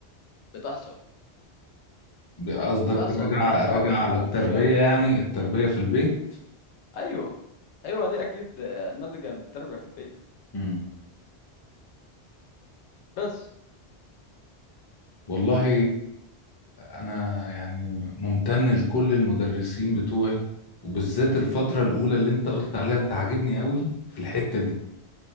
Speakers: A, on the left; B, on the left.
A: بتحصل
B: قصدك
A: بتصل
B: رجع
A: وصعب
B: رجع
A: اشوفهم
B: على التربية
A: في الشارع
B: يعني التربية في البيت
A: ايوه ايوه دي اكيد آه، ناتجه من التربيه في البيت
B: امم
A: بس
B: والله أنا يعني ممتن لكل المدرسين بتوعي وبالذات الفترة الأولى اللي أنت قلت عليها أنت عاجبني قوي في الحتة دي